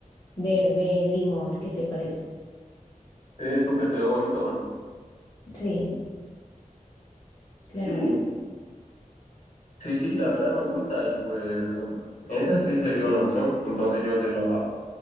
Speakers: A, on the left (about 30°); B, on the left (about 60°).
A: verde limón, ¿qué te parece?
B: ¿crees tú que se ve bonito?
A: Sí, claro
B: Sí,
A: que sí,
B: sí, sí, la verdad me gusta y pues esa sí sería una opción. Entonces yo se lo,